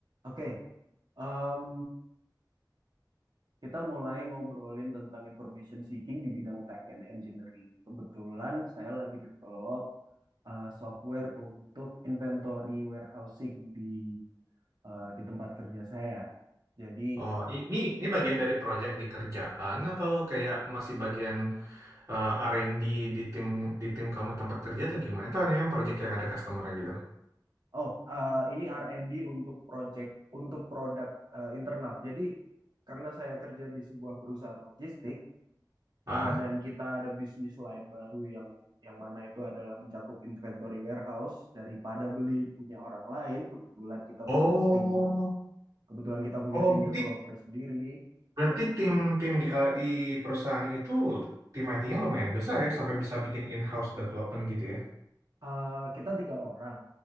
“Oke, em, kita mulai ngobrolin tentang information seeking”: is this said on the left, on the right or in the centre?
Right